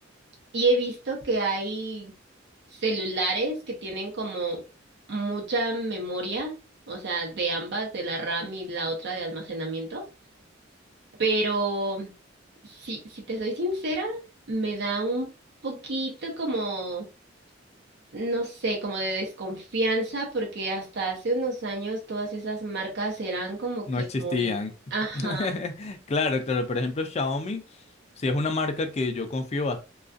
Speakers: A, on the right (about 60°); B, on the left (about 35°).
A: Y he visto que hay celulares que tienen como mucha memoria, o sea, de ambas, de la RAM y la otra de almacenamiento. Pero si, si te soy sincera, me da un poquito como, no sé, como de desconfianza, porque hasta hace unos años todas esas marcas eran como
B: No
A: que
B: existían.
A: muy, ajá,
B: <laughs> Claro, claro. Por ejemplo, Xiaomi, si es una marca que yo confío a,